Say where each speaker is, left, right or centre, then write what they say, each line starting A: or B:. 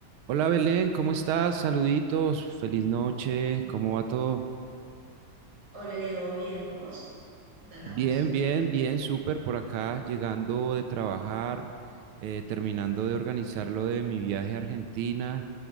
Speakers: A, on the right (about 85°); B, on the right (about 50°).
A: Hola Belén, ¿cómo estás? Saluditos, feliz noche, ¿cómo va todo?
B: Hola Leo, bien, ¿vos? Acá andamos.
A: Bien, bien, bien, súper por acá, llegando de trabajar, eh, terminando de organizar lo de mi viaje a Argentina,